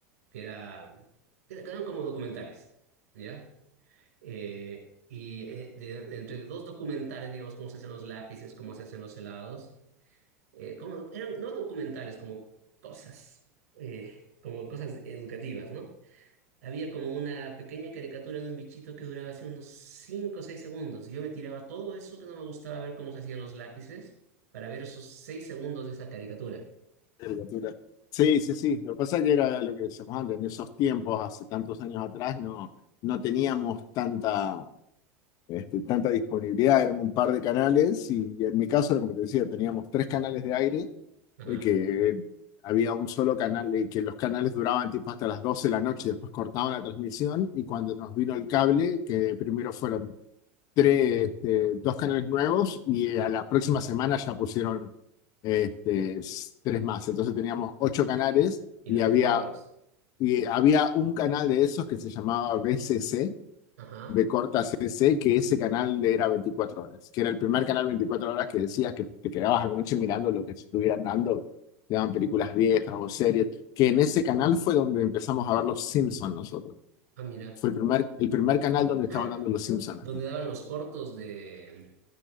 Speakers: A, on the right; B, on the left.
A: que era, que eran como documentales, ¿ya? Eh, y eh, de- entre dos documentales, digamos, cómo se hacen los lápices, cómo se hacen los helados, eh, como, eran no documentales, como cosas, eh, como cosas educativas, ¿no? Había como una pequeña caricatura de un bichito que duraba así unos 5 o 6 segundos. Y yo me tiraba todo eso que no me gustaba ver cómo se hacían los lápices para ver esos 6 segundos de esa caricatura.
B: Caricatura. Sí, sí, sí. Lo que pasa es que era lo que decíamos antes, en esos tiempos, hace tantos años atrás, no, no teníamos tanta este, tanta disponibilidad, eran un par de canales y, y en mi caso era como te decía, teníamos tres canales de aire
A: Ajá.
B: y que había un solo canal y que los canales duraban tipo hasta las 12 de la noche, después cortaban la transmisión y cuando nos vino el cable, que primero fueron tres, este, dos canales nuevos y a la próxima semana ya pusieron este, tres más, entonces teníamos ocho canales
A: Y
B: y
A: los 24
B: había,
A: horas.
B: y había un canal de esos que se llamaba BCC,
A: Ajá.
B: de Corta C C que ese canal era 24 horas, que era el primer canal veinticuatro horas que decías que te quedabas a la noche mirando lo que estuvieran dando, te daban películas viejas o series, que en ese canal fue donde empezamos a ver Los Simpsons nosotros.
A: Ah, mira.
B: Fue el primer, el primer canal donde estaban
A: Ah,
B: dando Los Simpsons.
A: donde
B: ¿no?
A: daban los cortos de,